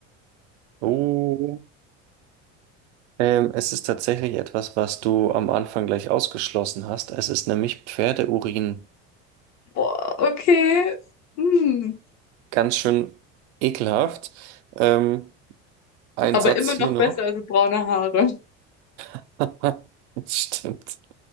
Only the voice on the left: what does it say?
Boah, okay. Hm.
Aber
immer
noch
besser als braune Haare.